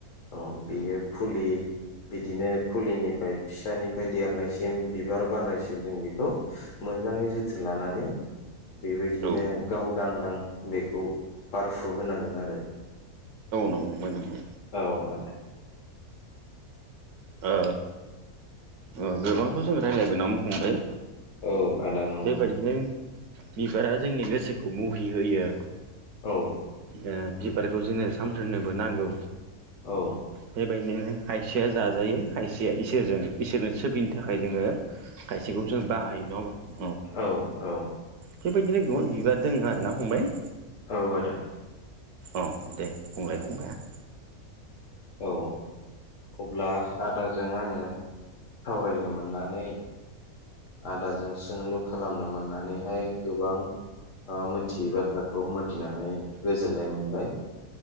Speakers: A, on the left; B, on the right.
A: अ। बेयो फुलि बिदिनो फुलिनिफ्राय फिसानिफ्राय देरनायसिम बिबार बारनायसिम जों बेखौ मोजांङै जोथोन लानानै बेबायदिनो
B: औ फंबाय औ
A: गावदांदां बेखौ बारफु होनांगोन आरो
B: नंगौ फंबाय नंगौ
A: औ आ दे
B: ओ ओ गोबांथ जों रायलायबोना हमबाय।
A: औ आदा नंगौ
B: बेबायदिनो बिबारा जोंनि गोसो खौ मुहि होयो।
A: औ
B: ओ बिबारखौ जोंनो सानफ्रोमनोबो नांगौ।
A: औ
B: बे बायदिनो खायसेया जाजायो खायसेया इसोरजों इसोरनो सिबिनो थाखाय जोंङो खायसेखौ जों बाहायो नंङा होम
A: औ औ
B: बेबायदिनो गोबां बिबार दों आरोना फंबाय।
A: औ आदा।
B: अ दे बुंंलाय फंबाइ आ
A: औ अब्ला आदाजों आंङो सावरायनो मोननानै आदाजों सोंलु खालामनो मोननानैहाय गोबां ओ मोनथियै बाथ्राखौ मोनथिनानै गोजोननाय मोनबाय।